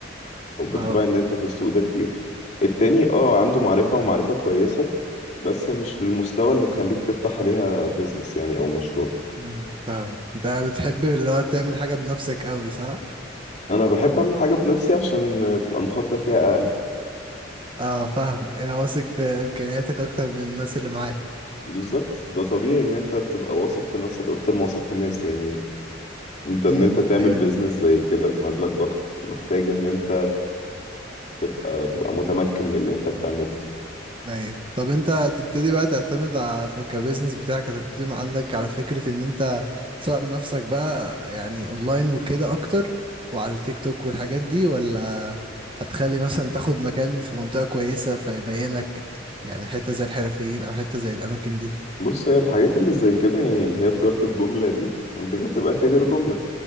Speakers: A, on the left; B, on the right.
A: او بطبع
B: اه
A: ان انت في السوق ده كتير التاني اه عنده معرفة ومعرفة كويسة بس مش للمستوى اللي تخليك تفتح عليها بيزنس يعني او مشروع
B: امم فاهمك انت بتحب اللي هو تعمل حاجة بنفسك قوي صح؟
A: انا بحب اعمل حاجه بنفسي عشان تبقى المخاطره فيها اقل
B: اه فاهمك يعني واثق في امكانياتك اكتر من الناس اللي معاك
A: بالظبط ده طبيعي ان انت تبقى واثق في نفسك اكتر ما واثق في الناس يعني انت ان
B: امم
A: انت تعمل
B: ايوه
A: بيزنس زي كده بمبلغ ضخم محتاج ان انت تبقى تبقى متمكن من اللي انت بتعمله
B: ايوه طب انت هتبتدي بقى تعتمد على في كبزنس بتاعك هتبتدي من عندك على فكرة ان انت تسوق لنفسك بقى يعني اونلاين وكده اكتر وعلى التيك توك والحاجات دي ولا هتخلي مثلا تاخد مكان في منطقة كويسة فيبينك يعني حتة زي الحرفيين او حتة زي الاماكن دي
A: بص هي الحاجات اللي زي كده يعني اللي هي تجارة الجملة دي انت كده بتبقى تاجر جملة